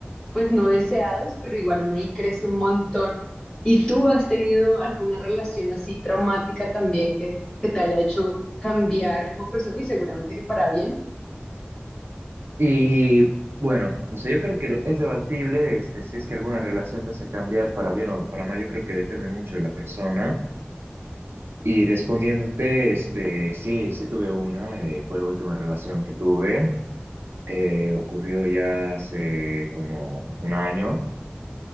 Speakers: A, on the left; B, on the right.
A: pues no deseadas pero igual uno ahí crece un montón. ¿Y tú has tenido alguna relación así traumática también que, que te haya hecho cambiar como persona y seguramente que para bien?
B: Y bueno, no sé, yo creo que es debatible este, si es que alguna relación te hace cambiar para bien o para mal. Yo creo que depende mucho de la persona. Y respondiéndote, este, sí, sí tuve una, eh, fue la última relación que tuve. Eh, ocurrió ya hace como un año.